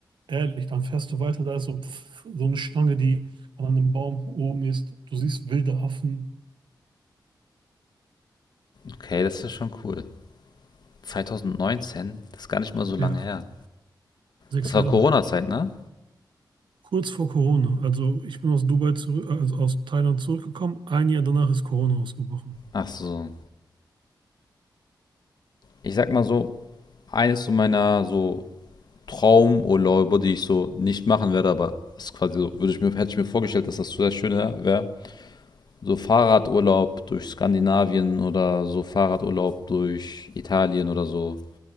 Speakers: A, on the right; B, on the left.
A: Ehrlich, dann fährst du weiter, da ist so, pff, so eine Schlange, die an einem Baum oben ist. Du siehst wilde Affen.
B: Okay, das ist ja schon cool. 2019, das ist gar nicht mal so lange
A: Ja,
B: her.
A: sechs
B: Das
A: Jahre.
B: war Corona-Zeit, ne?
A: Kurz vor Corona. Also ich bin aus Dubai zurück, also aus Thailand zurückgekommen. Ein Jahr danach ist Corona ausgebrochen.
B: Ach so. Ich sag mal so, eines so meiner so Traumurlaube, die ich so nicht machen werde, aber ist quasi so, würde ich mir, hätte ich mir vorgestellt, dass das so sehr schön wäre. So Fahrradurlaub durch Skandinavien oder so Fahrradurlaub durch Italien oder so.